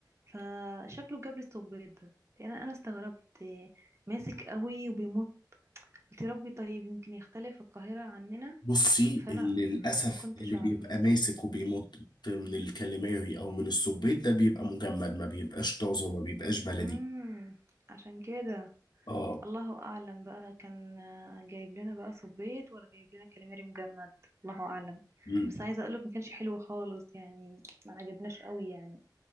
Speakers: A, on the right (about 40°); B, on the left (about 70°).
A: فشكله جاب لي الصبيط ده لان انا استغربت إيه، ماسك قوي وبيمط قلت يا ربي طيب يمكن يختلف القاهرة عننا
B: بصي
A: فانا
B: اللي للأسف
A: ما كنتش
B: اللي
A: اعرف
B: بيبقى ماسك وبيمط من الكاليماري أو من السبيط ده بيبقى مجمد ما بيبقاش طازه وما بيبقاش بلدي
A: امم عشان كده
B: اه
A: الله اعلم بقى كان آه، جايب لنا بقى صبيط ولا جايب لنا كاليماري مجمد الله اعلم
B: مم.
A: بس عايزه اقولك ما كانش حلو خالص يعني ما عجبناش قوي يعني